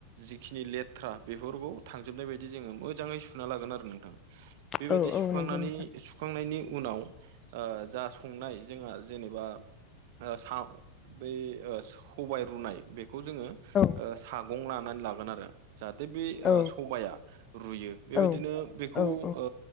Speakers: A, on the right; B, on the left.
A: जिखिनि लेथ्रा बेफोरखौ थांजोबनाय बायदि जोङो मोजाङै सुना लागोन आरो नोंथां। बेबायदि
B: औ औ
A: सुखांनानै
B: नंगौ नोंथां
A: सुखांनायनि उनाव जा संनाय जोंहा जेनेबा सा बै सबाय रुनाय बेखौ जोङो
B: औ
A: सागं लानानै लागोन आरो जाहाथे बे
B: औ
A: सबाया रुयो बेबायदिनो
B: औ
A: बेखौ
B: औ
A: ओ